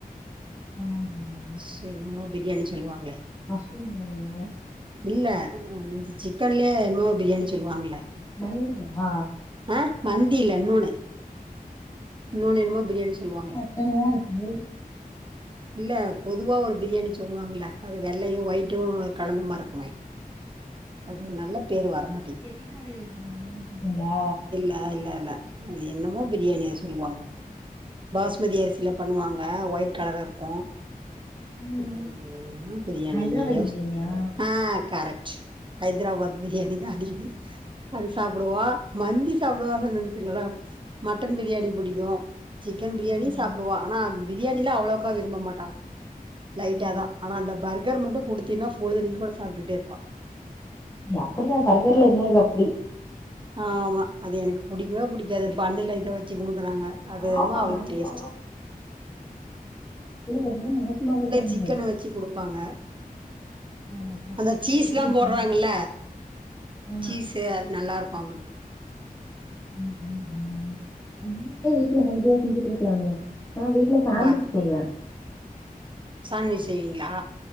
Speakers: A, on the left (about 20°); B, on the right (about 35°).
A: <unintelligible>
B: சோ என்னமோ பிரியாணி சொல்லுவாங்களே
A: மஸ்ரூம் பிரியாணியா
B: இல்ல சிக்கன்லே என்னமோ பிரியாணி சொல்வாங்கல்ல
A: மந்தியா
B: ஆ மந்தி இல்ல இன்னோன்னு இன்னோன்னு என்னமோ பிரியாணி சொல்லுவாங்களே
A: த்தெனவா இருக்கு
B: இல்ல பொதுவா ஒரு பிரியாணி சொல்லுவாங்கல்ல அது வெள்ளயு ஒயிட்டு கலந்தமார் இருக்குமே அது ஒரு நல்ல பேரு வர மாட்டி
A: செட்டிநாடு பிரியாணிலா செய்வீங்ளா
B: ஆ இல்ல இல்ல அது என்னமோ பிரியாணியா சொல்லுவாங்க பாஸ்மதி அரிசி சில பண்ணுவாங்க ஒயிட் கலர்ல இருக்கு
A: ம்
B: <unintelligible> என்னா பிரியாணி
A: ஹைதராபாதி
B: யோஸ்
A: பிரியாணியா
B: ஆ கரெக்ட் ஹைதராபாத் பிரியாணி தா அடிக்கடி அது சாப்டுவா மந்தி சாப்டுவா
A: ம்
B: ஹெல்தி நல்லா மட்டன் பிரியாணி பிடிக்கு சிக்கன் பிரியாணி
A: ம் ம்
B: சாப்டுவா ஆனா பிரியாணியிலா அவ்ளோக்கா விரும்ப மாட்டா லைட்டா
A: ம்
B: தா ஆனா அந்த பர்கர் மட்டு குடுத்தீன்னா பொழுதன்னைக்கு கூட சாப்டுட்டே இருப்பா
A: அப்டி தா பர்கர்ல என்ன இருக்கு அப்டி
B: ஆ ஆமா அது எனக்கு ப புடிக்கவே புடிக்காது பண்ணுல இதத வச்சு குடுக்குறாங்க அது
A: அப்போ
B: என்னமோ அவளுக்கு
A: அங்கலா
B: டேஸ்ட்
A: ரொம்ப மோசமா தா இருப்பாங்க
B: சிக்கனு வச்சி குடுப்பாங்க
A: ஆமா பசங்க
B: அந்த
A: பண்ணி
B: சீஸ்லா
A: வச்சு குடுப்பாங்க
B: போட்றாங்கல
A: ஆ
B: சீஸு அது நல்லாருக் அவுனுக்கு
A: ம் ம் ம் நீங்ளே வீட்ல ஹெல்தியா செஞ்சி குடுக்லாமே நா வீட்ல சாண்ட்விச்
B: பா
A: செய்வே
B: சாண்ட்விச் செய்வீங்களா